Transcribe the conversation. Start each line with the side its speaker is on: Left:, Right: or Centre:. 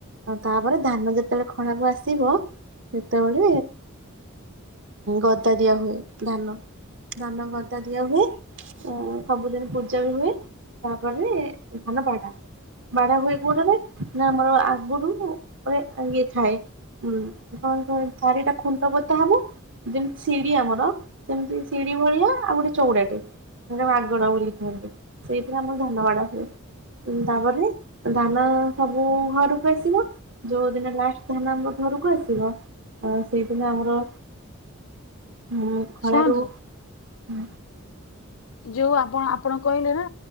Right: ଆ ତାପରେ ଧାନ ଯେତେବେଳେ ଖଣାକୁ ଆସିବ ସେତେବେଳେ ଗଦା ଦିଆ ହୁଏ ଧାନ ଧାନ ଗଦା ହୁଏ ସବୁଦିନ ଜ ବି ହୁଏ ତାପରେ ଧାନ ବାା ହୁଏ ବାଢା ହୁଏ ଗରେ ନା ଆମର ଆଗରୁ ଇଏ ଥାଏ ଉଁ କଣ କ ଶାରିଟା ଖୁଣ୍ଟ ପତା ହବ ଯେମିତି ସିଡି ଆମର ସେମିତି ସିଡି ଭଳିଆ ଆଉ ଗୋଟେ ଚଉଡାଟେ ମାଗଣ ବୋଲି କୁହନ୍ତି ସେଇଥିରେ ଆମର ଧାନ ବାଡ ହୁଏ ତାପରେ ଧାନ ସବୁ ଘରକୁ ଆସିବ ଯୋଉ ଦିନ ଲାଷ୍ଟ ଧାନ ଆମର ଘରକୁ ଆସିବ ସେଇଦିନ ଆମର ହୁଁ ଫଳାରୁ
Left: ଶୁଣନ୍ତୁ
Right: ହୁଁ।
Left: ଯୋଉ ଆପଣ ଆପଣ କହିଲେ ନା